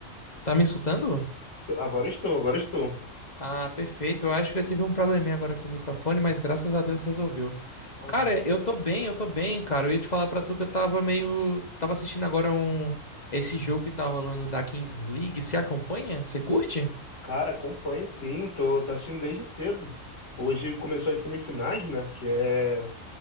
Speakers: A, on the left; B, on the left.
A: tá me escutando?
B: Agora estou, agora estou.
A: Ah, perfeito. Eu acho que eu tive um probleminha agora com o microfone, mas graças a Deus resolveu.
B: Ah,
A: Cara,
B: não.
A: eu tô bem, eu tô bem, cara. Eu ia te falar pra tu que eu tava meio. Tava assistindo agora um. Esse jogo que tá rolando da Kings League. Você acompanha? Você curte?
B: Cara, acompanho sim, tô, tô assistindo desde cedo. Hoje começou as semifinais, né? Que é